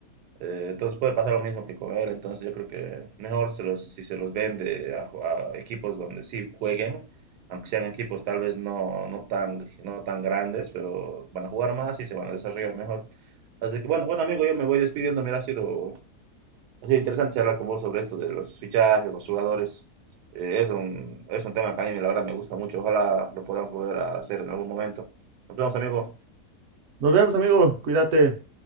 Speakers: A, on the right; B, on the right.
A: Eh, entonces puede pasar lo mismo que con él. Entonces yo creo que mejor se los, si se los vende a, a equipos donde sí jueguen, aunque sean equipos tal vez no, no, tan, no tan grandes, pero van a jugar más y se van a desarrollar mejor. Así que bueno, bueno amigo, yo me voy despidiendo. Mira, ha sido, ha sido interesante charlar con vos sobre esto de los fichajes, los jugadores. Eh, es, un, es un tema que a mí la verdad me gusta mucho. Ojalá lo podamos volver a hacer en algún momento. Nos vemos amigos.
B: Nos vemos, amigo. Cuídate.